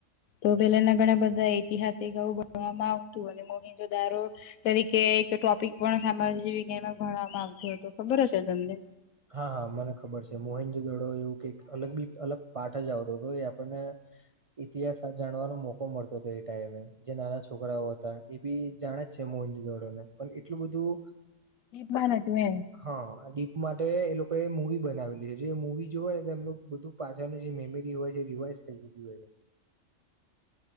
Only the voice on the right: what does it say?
હા હા મને ખબર છે મોહેનજ દડો એવું કઈક અલગ બી અલગ પાઠ જ આવતો હતો એ આપણને ઇતિહાસ જાણવાનો મોકો મળતો હતો એ ટાઈમે જે નાના છોકરાઓ હતા એ બી જાણે છે મોહેંજો દડોને પન એટલું બધું
હહ આ ડીપમાં માટે એ લોકો એ મુૂવી બનાવેલી છે જે એ મૂવી જોવા ને તો એમનું બધું પાછાનું જે મેમરી હોય છે એ રિવાઇસ થઈ જાય બ હોય છે <inaudible>